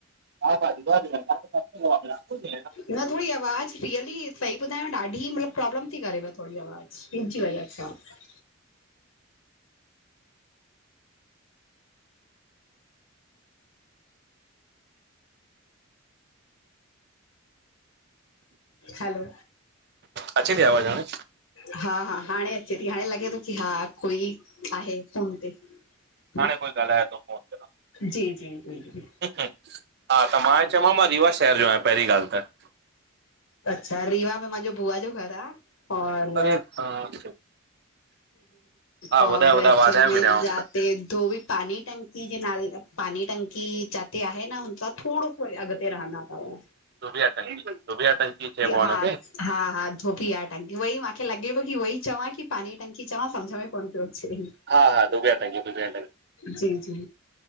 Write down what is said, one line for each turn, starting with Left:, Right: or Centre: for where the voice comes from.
Right: हा बाज बा इनउड़ीब्ल <unintelligible>
Left: न थोड़ी आवाज़ु रियली सही ॿुधायांव ॾाढी मतलबु प्रॉब्लम थी करेव थोड़ी आवाज़ु। अलाए छा <unintelligible> हैलो
Right: अच्चे ती आवाज हाणे?
Left: हा हा हाणे अचे ती, हाणे लॻे थो कि हा कोई आहे फोन ते।
Right: हाणे
Left: हा,
Right: कोई ॻाल्हाए थो फोन ते
Left: जी जी जी जी।
Right: हा त मां चयोम मां रीवा शहर जो आहियां पहिरीं ॻाल्हि त
Left: अच्छा, रीवा में महांजो बुआ जो घर आ और
Right: अरे हा
Left: और
Right: ॿुधायो ॿुधायो वाधायूं
Left: चल में
Right: बि ॾियांव
Left: जाते धोबि पाणी टंकी टंकी जे नाल पाणी टंकी जाथे आहे न हुन खा थोड़ो सो अॻिते रहंदा तव।
Right: धोबिया टंकी धोबिया टंकी चइबो आहे
Left: हा
Right: हुनखे
Left: हा हा धोबिया टंकी उहोई मूंखे लॻे पियो कि उहोई चवां की पाणी जी टंकी चवां सम्झ में कोन पियो अचे।
Right: हा हा धोबिया टकी धोबिया टंकी
Left: जी जी